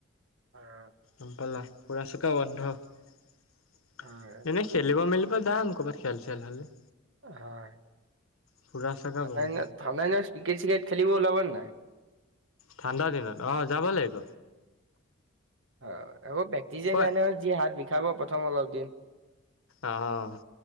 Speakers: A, on the right (about 65°); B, on the left (about 90°).
A: হয়
B: গম পালা, ফুৰা চকা বন্ধ। এনেই
A: হয়
B: খেলিব-মেলিব যাম, ক'ৰবাত খেল-চেল হ'লে।
A: হয়।
B: ফুৰা চকা
A: ঠাণ্ডা
B: বন্ধ
A: দিনত, ঠাণ্ডা দিনত ট্ৰিকেট চিকেত খেলিব ওলাবা নে নাই?
B: ঠাণ্ডা দিনত। অহ, যাব লাগিব।
A: অহ' আকৌ প্ৰেক্টিছ যে
B: কয়
A: নাই নহয়। যি হাত বিষাব প্ৰথম অলপ দিন।
B: অহ'